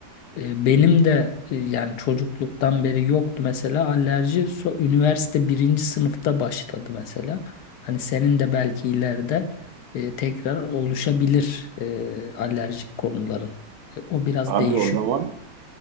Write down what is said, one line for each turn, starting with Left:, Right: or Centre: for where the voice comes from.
Left: E, benim de e, yani çocukluktan beri yoktu mesela alerji. So- üniversite birinci sınıfta başladı mesela. Hani senin de belki ileride e, tekrar oluşabilir e, alerjik konuların. E, O biraz
Right: Abi
Left: değişiyor.
Right: o zaman